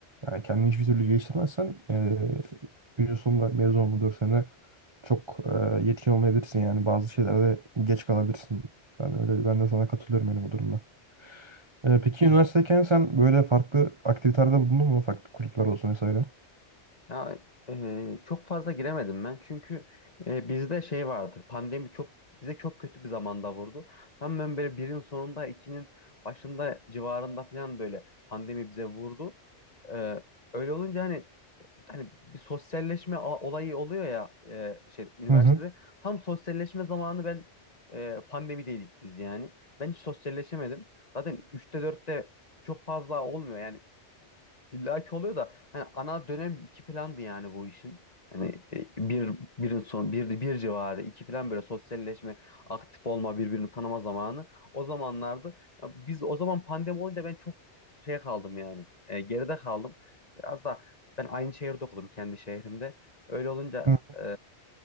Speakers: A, on the right; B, on the left.
A: yani kendini hiçbir türlü geliştirmezsen eee günün sonunda mezun olma 4 sene çok eee, yetkin olmayabilirsin yani bazı şeylerde geç kalabilirsin. Ben öyle ben de sana katılıyorum yani bu durumda. Eee, peki üniversitedeyken sen böyle farklı aktivitelerde bulundun mu? Farklı kulüpler olsun vesaire.
B: Ya e, çok fazla giremedim ben çünkü e, bizde şey vardı pandemi çok bize çok kötü bir zamanda vurdu. Tam ben böyle birin sonunda ikinin başında civarında falan böyle pandemi bize vurdu. E, öyle olunca hani hani bir sosyalleşme a- olayı oluyor ya e, şey üniversitede
A: Hı hı.
B: tam sosyalleşme zamanı ben e, pandemideydik biz yani. Ben hiç sosyalleşemedim. Zaten üçte dörtte çok fazla olmuyor yani İlla ki oluyor da hani ana dönem iki falandı yani bu işin. Hani e, bir birin son bir bir civarı iki falan böyle sosyalleşme, aktif olma, birbirini tanıma zamanı. O zamanlardı. Ya biz o zaman pandemi olunca ben çok şey kaldım yani. e, geride kaldım. Biraz da ben aynı şehirde okudum kendi şehrimde. Öyle olunca
A: Hı
B: e,